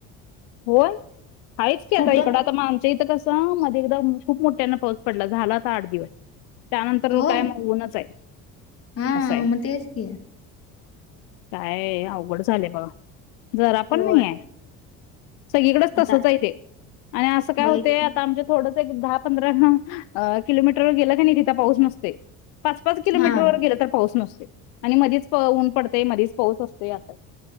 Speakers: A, on the left; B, on the left.
A: होय आहेाच की आता
B: कुठं?
A: इकडं आता आमच्या इथं कसं मज एकदा <unintelligible> खूप मोठ्यांना पाऊस पडला झाला आता आठ दिवस. त्यानंतर
B: होय
A: काय म उनच आहे.
B: हा
A: असं आहे
B: म तेच कि
A: काय अवघड झालंय बघ जरा पण
B: होय
A: नाही आहे सगळीकडेच तसच
B: आता
A: आहे ते आणि असं काय
B: होय
A: होते
B: की
A: आता आमच्या थोडं दहा पंधरा किलोमीटर व गेलं का नाही तिथं पाऊस नसतय पाच पाच किलोमीटर
B: हा
A: गेल तर पाऊस नसो आणि मधीचऊन पडतय मधीच पाऊस असतोय असाय